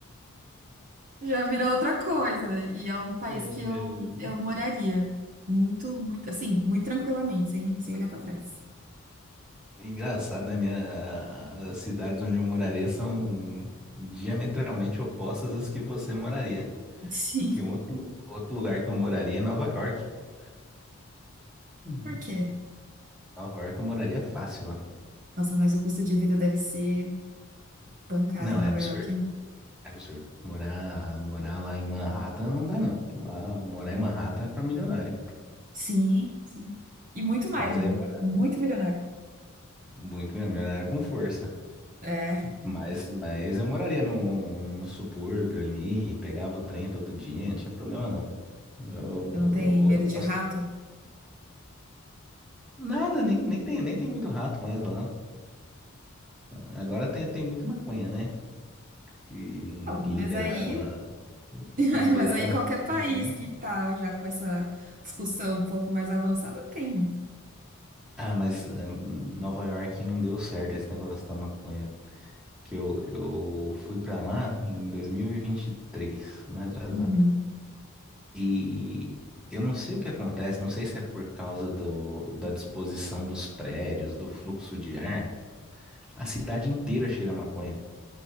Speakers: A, on the right; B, in the centre.
A: já vira outra coisa. E é um país
B: É...
A: que eu, eu moraria muito, muito, assim, muito tranquilamente, sem, sem olhar pra trás.
B: Engraçado, né? Minha, as cidades onde eu moraria são diametralmente opostas às que você moraria.
A: <laughs> Sim.
B: Que um outro, outro lugar que eu moraria é Nova York. cara. Uhum.
A: Por quê?
B: Nova York eu moraria fácil lá.
A: Nossa, mas o custo de vida deve ser pancada
B: Não,
A: em Nova
B: é absurdo.
A: York, hein?
B: É absurdo. Morar, morar lá em Manhattan não dá, não. Lá, morar em Manhattan é pra milionário.
A: Sim, sim. E muito mais,
B: Mas
A: né?
B: aí eu moraria
A: Muito milionário.
B: muito mesmo, milionário com força.
A: É,
B: Mas, mas eu moraria no, no subúrbio ali, pegava o trem todo dia, não tinha problema não. Eu, eu,
A: eu não tenho
B: eu go-
A: medo
B: eu gosto.
A: de rato?
B: Nada, nem, nem tem, nem tem muito rato mais lá. Ah, Agora tem, tem muito maconha, né? Que
A: Não, mas
B: liberaram
A: aí,
B: a,
A: <laughs>
B: liberaram
A: mas aí
B: a maconha.
A: qualquer país
B: lá.
A: que tá já com essa discussão um pouco mais avançada tem, né?
B: Ah, mas eh, Nova York não deu certo esse negócio da maconha. que eu, eu fui pra lá em 2023, ano retrasado.
A: Uhum.
B: E eu não sei o que acontece, não sei se é por causa do, da disposição dos prédios, do fluxo de ar, a cidade inteira cheira a maconha.